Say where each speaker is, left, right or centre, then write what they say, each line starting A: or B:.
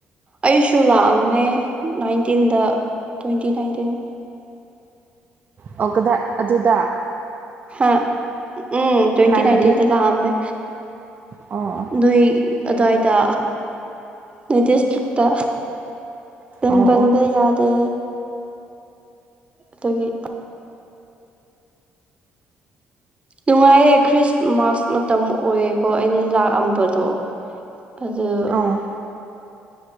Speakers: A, on the right; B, on the right.
A: ꯑꯩꯁꯨ ꯂꯥꯛꯑꯝꯃꯦ ꯅꯥꯏꯟꯇꯤꯟꯗ ꯇ꯭ꯋꯦꯟꯇꯤ ꯅꯥꯏꯟꯇꯤꯟ
B: ꯑꯣ ꯀꯗꯥꯏ ꯑꯗꯨꯗ꯫
A: ꯍꯥ ꯎꯝ ꯇ꯭ꯋꯦꯟꯇꯤ
B: ꯍꯥꯏꯕꯗꯤ
A: ꯅꯥꯏꯟꯇꯤꯟꯗ ꯂꯥꯛ ꯑꯝꯃꯦ꯫
B: ꯑꯣ꯫
A: ꯅꯣꯏ ꯑꯗꯨ꯭ꯋꯥꯏꯗ ꯅꯣꯏ ꯗꯤꯁꯇ꯭ꯔꯤꯛꯇ꯫ ꯇꯟꯕꯥꯟꯕ
B: ꯑꯣ ꯑꯣ
A: ꯌꯥꯗꯦ꯫ ꯗꯒꯤ꯫ ꯅꯨꯡꯉꯥꯏꯌꯦ ꯈ꯭ꯔꯤꯁꯃꯥꯁ ꯃꯇꯝ ꯑꯣꯏꯌꯦꯀꯣ ꯑꯩꯅ ꯂꯥꯛꯑꯝꯕꯗꯣ꯫ ꯑꯗꯨ꯫
B: ꯑꯣ꯫